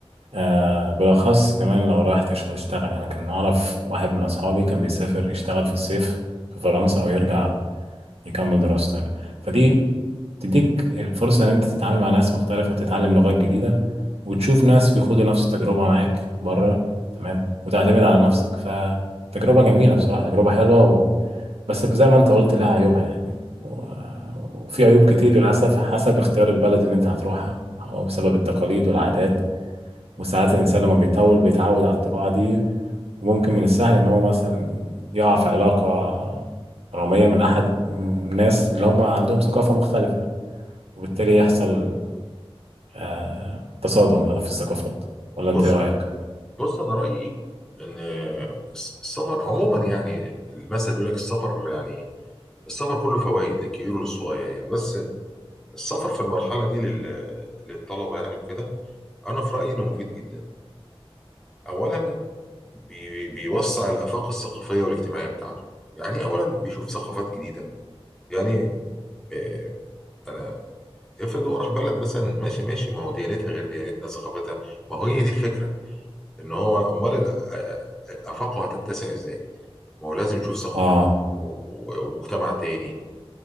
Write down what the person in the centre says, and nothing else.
بص
بص انا رايي ان الس- السفر عموما يعني المثل بيقول لك السفر يعني السفر كله فوائد للكبير وللصغير يعني بس السفر في المرحله دي لل- للطلبه يعني وكده انا في رايي انه مفيد جدا اولا بي بيوسع الافاق الثقافيه والاجتماعيه بتاعته يعني اولا بيشوف ثقافات جديده يعني آه، انا افرض هو راح بلد مثلا ماشي ماشي ما هو ديانتها غير ديانتنا ثقافتها ما هو هي دي الفكره ان هو امال ال- آه، آه، آه، افاقه هتتسع ازاي ما هو لازم يشوف ثقافة
و- و- ومجتمع تاني